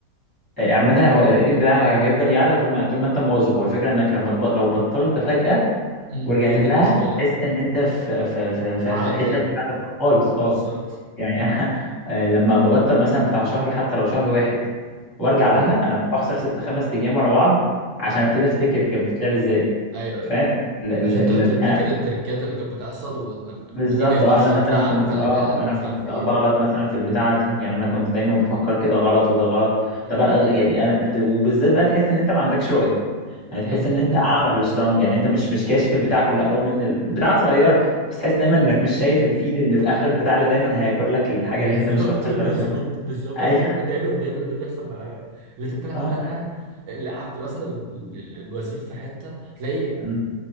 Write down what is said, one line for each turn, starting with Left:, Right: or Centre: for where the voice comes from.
Left: عامة
Right: و...
Left: هو الريتنج بتاعها هيفضل يعلى طول ما طول ما انت مواظب هو الفكرة انك لما تب... لو بطلت فجأة
Right: مم.
Left: ورجعت
Right: هي دي
Left: لها
Right: المشكله
Left: هتحس ان انت في في في في,
Right: في عالم
Left: في حتة
Right: تاني
Left: مش بتاعتك خالص اه
Right: بالظبط
Left: يعني <laughs> انا آه، لما ببطل مثلا بتاع شهر حتى لو شهر واحد وارجع
Right: مم.
Left: لها انا بخسر ست خمس ايام ورا بعض عشان
Right: امم
Left: ابتدي افتكر كانت بتتلعب ازاي
Right: ايوه
Left: فاهم
Right: ايوه
Left: ال- ال-
Right: عشان ت- تفتكر
Left: ال-
Right: التركات اللي كانت بتحصل وانك
Left: بالظبط
Right: ودي ما ينفعش
Left: اه انا
Right: تتلعب
Left: مثلا كنت
Right: وخلي
Left: اه
Right: بالك
Left: انا
Right: ومش
Left: كنت
Right: عارف ايه
Left: بغلط مثلا في البتاعه دي يعني انا كنت دايما بفكر كده غلط وده غلط
Right: امم
Left: طب انا يعني انا بت- وبالذات بقى تحس ان انت ما عندكش رؤيه يعني
Right: امم
Left: تحس ان انت اعمى في الشطرنج يعني انت مش مش كاشف البتاعه كلها رغم ان البتاعه صغيره بس تحس دايما انك مش شايف الفيل اللي في اخر البتاع اللي دايما هياكل لك الحاجه
Right: بالظبط
Left: اللي انت مش واخد
Right: بالظبط
Left: بالك منها
Right: بالظبط
Left: <laughs>
Right: هي
Left: ايوه
Right: دي دايما دايما ده بيحصل معايا اللي انت بتلعب
Left: اه
Right: لا لا لعبت مثلا ال- ال- الوزير في حته تلاقي
Left: مم.